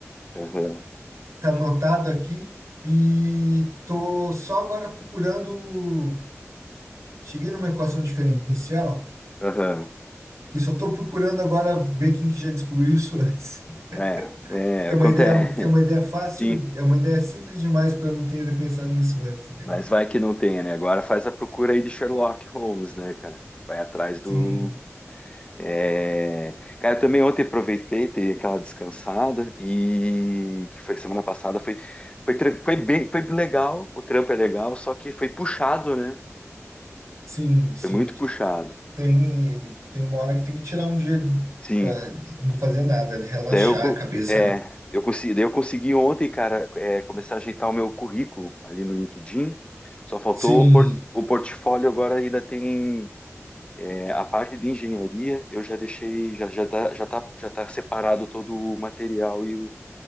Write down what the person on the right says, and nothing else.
tá anotado aqui, e tô só agora procurando. Cheguei numa equação diferencial,
que só tô procurando agora ver quem que já descobriu isso antes. <laughs>
Que
é uma ideia, que é uma ideia fácil,
é uma ideia simples demais para eu não ter pensado nisso antes, entendeu?
Sim,
sim, sim.
Tem, tem uma hora que tem que tirar um dia
para não fazer nada, né? relaxar
a cabeça,
né?
Sim,